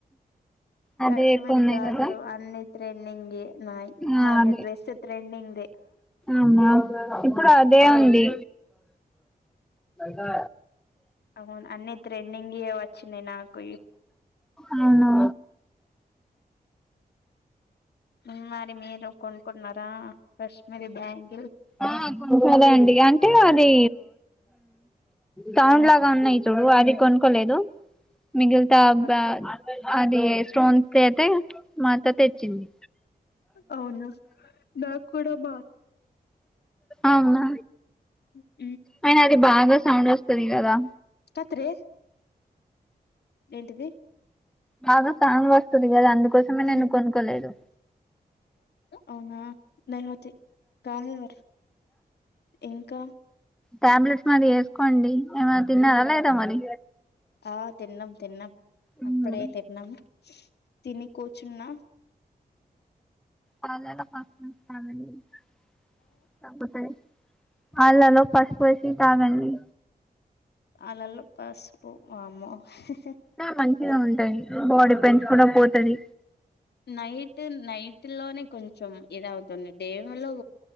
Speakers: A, in the centre; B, on the left (about 85°).
A: అదే
B: కాశ్మీరి
A: ఎక్కువ ఉన్నాయి
B: గాజులు
A: కదా
B: అన్ని ట్రెండింగ్ నాయి
A: ఆ
B: నాది
A: అదే
B: డ్రెస్ ట్రెండింగ్
A: అవునా ఇప్పుడు అదే అండి కా
B: అవును అన్ని ట్రెండింగ్ వచ్చినాయి నాకు
A: అవునా
B: ఇంగా మరి మీరు కొంకుంటన్నారా కాశ్మీరి బ్యాంగ్
A: ఆ కొనుకుండా అండి అంటే అది సౌండ్ లాగా ఉన్నాయి చూడు అది కొనుక్కోలేదు మిగిగా
B: ఓకే
A: బ అది స్టోన్స్ అయితే మత్త తెచ్చింది
B: అవునా నాకి కూడాడ బా
A: అవున
B: ఉ
A: అయినా అది బాగా సౌండ్ వస్తుది కదా
B: కత్రే ఏంటివి
A: బగ ఫంగ్ వస్తుంది కదా అందుకోసమే
B: ఉహు
A: నేను కొనుక్కలేదు
B: అవునా నహోతి కాహేవర్ ఇంకా
A: టాబ్లెట్స్ మరి వేసుకోండి ఏమ తిన్నారా లేదా మరి
B: ఆ తిన్నాం తిన్నాం
A: ఉమ్
B: అప్పడే తిన్నాం తిని కూర్చున్న
A: చాల ప <unintelligible> <unintelligible> పాలలో పసుపు వేసి తాగండి
B: పళ్ళలో పసుపు వామ్మో స
A: ఆ మంచిగా ఉంటాయి బాడీ పెంచుకున్న పోతుది
B: నైట్ నైట్ టిల్లోనే కొంచెం ఇది అవుతుంది డామేలో